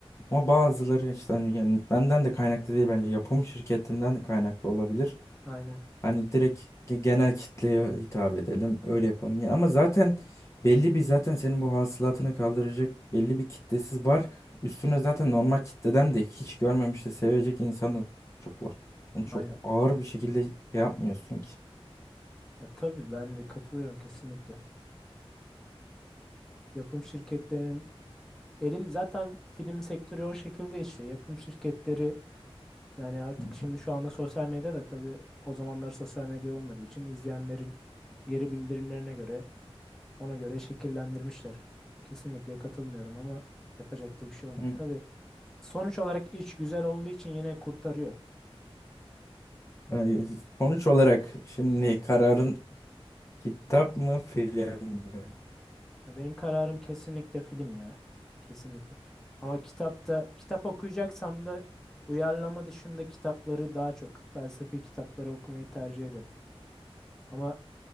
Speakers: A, on the left (about 30°); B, in the centre.
A: ama bazıları işte hani yönetmenden de kaynaklı değil bence yapım şirketinden de kaynaklı olabilir.
B: Aynen,
A: Hani direkt ge- genel kitleye hitap edelim öyle yapalım ya ama zaten belli bir zaten senin bu hasılatını kaldıracak belli bir kitlesiz var. Üstüne zaten normal kitleden de hiç görmemiş de sevecek insan da çok var. Yani çok
B: aynen.
A: ağır bir şekilde şey yapmıyorsun ki.
B: Ya, tabii ben de katılıyorum kesinlikle. Yapım şirketlerinin elin zaten film sektörü o şekilde işliyor. Yapım şirketleri Yani artık
A: Hı
B: şimdi şu anda sosyal medyada tabii o zamanlar sosyal medya olmadığı için izleyenlerin geri bildirimlerine göre ona göre şekillendirmişler. Kesinlikle katılmıyorum ama yapacak da bir şey olmuyor.
A: hı.
B: Tabii sonuç olarak iş güzel olduğu için yine kurtarıyor.
A: Ee, Sonuç olarak şimdi kararın kitap mı film mi?
B: Ya benim kararım kesinlikle film ya. Kesinlikle. Ama kitapta kitap okuyacaksam da uyarlama dışında kitapları daha çok felsefi kitapları okumayı tercih ederim. Ama